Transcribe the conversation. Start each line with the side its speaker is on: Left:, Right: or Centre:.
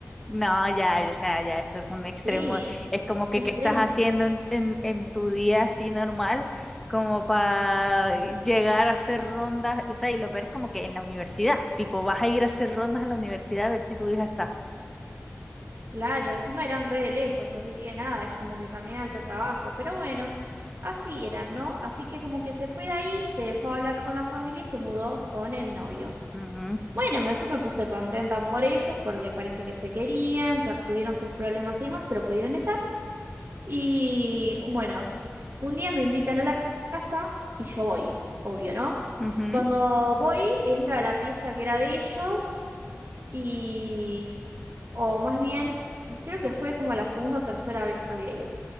Centre: no, ya, o sea, ya eso es un extremo.
Right: Sí,
Centre: Es como que
Right: extremo.
Centre: qué estás haciendo en, en, en tu día así normal, como para llegar a hacer rondas. O sea, y lo peor es como que en la universidad, tipo, vas a ir a hacer rondas a la universidad a ver si tu hija está.
Right: Claro, encima eran re de lejos, así que nada, es como que también alto trabajo. Pero bueno, así eran, ¿no? Así que como que se fue de ahí, se dejó de hablar con la familia y se mudó con el novio.
Centre: Ujú,
Right: Bueno, me- yo me puse contenta por ellos porque parece que se querían, sa- tuvieron sus problemas y demás, pero pudieron estar. Y bueno, un día me invitan a la casa y yo voy, obvio, ¿no?
Centre: ujú.
Right: Cuando voy, entra a la pieza que era de ellos y, o más bien, creo que fue como la segunda o tercera vez que había ido.